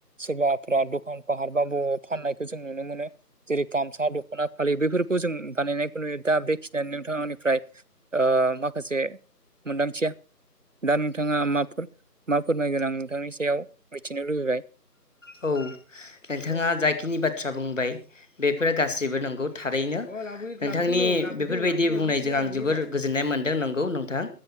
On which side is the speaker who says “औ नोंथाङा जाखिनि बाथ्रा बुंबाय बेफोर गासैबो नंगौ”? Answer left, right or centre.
Left